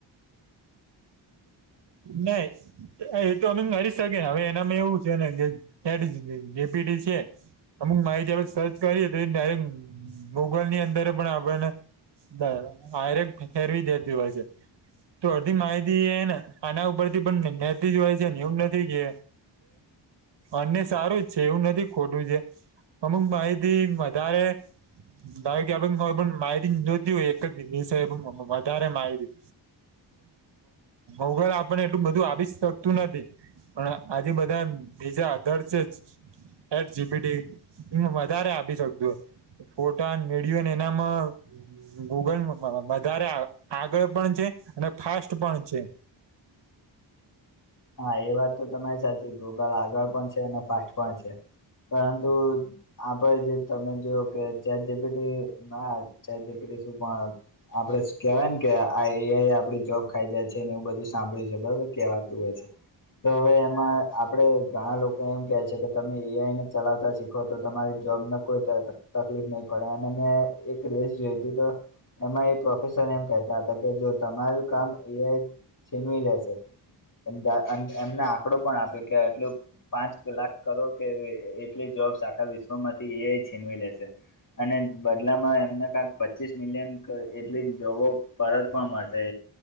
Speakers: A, on the left (about 45°); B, on the right (about 65°).
A: <inaudible>
B: નહી. એતો અમે કરીરી શકે હવે એનામાં એવું છે ને કે જેપી છે. અમુક માહિતી આપણે સર્ચ કરીએ તો એ ડાયરેક્ટ ગૂગલ ની અંદર પણ આપણને બ આરેક ફેરવી દેતીું હોય છે તો અડધી માહિતી ને આના ઉપર થી પણ નતી જ હોય છેને એવું નથી કે અને સારું જ છે એવું નથી ખોટું છે અમુક માહિતી વધારે ભાવ કે કો પણ માયી નતી હોય એક જ દસે પણ વધારે માહીતી. અગર આપણને એટલું બધું આવી શકતું નથી. પણ આજે બધા બીજા આધર છે જ એટ જીબીડી હ વધારે આપી શકજું હો ફોટા મેળયોને એનામાં ગૂગલ વધારે આગળ પણ છે અને ફાસ્ટ પણ છે.
A: હા એ વાત તો તમારી સાચી ગૂગલ આગળ પણ છે અને ફાસ્ટ પણ છે પરંતુ આપ જે તમે જોઓ કે ચેપીટી ના ચેપીટી શું પણ આપડે કેવાય ને કે આ આપડી જોબ ખાઈ જાય છે ને એવું બધું સાંભળ્યું છે બરોબર કેવાત તો છે. તો હવે એમાં આપડે ઘણા લોકો એમ કે છે કે તમે એઆઈને ચલાવતા શીખો તો તમારી જોબને કોઈ તકલીફ નહી પડે અને મેં એક રેસ જોઈ હતી તો એમાં એ પ્રોફેસર એમ કહેતા હતા કે જો તમારું કામ એ છીનવી લેશે. એમને આંકડો પણ આપ્યો કે એટલું. પાંચ લાખ કરોડ કે એટલી જોબ્સ આખા વિશ્વમાંથી એ છીનવી લેશે. અને બદલામાં એમને કંક પચીસ મિલિયન એટલી જોબો પરત પણ મળશે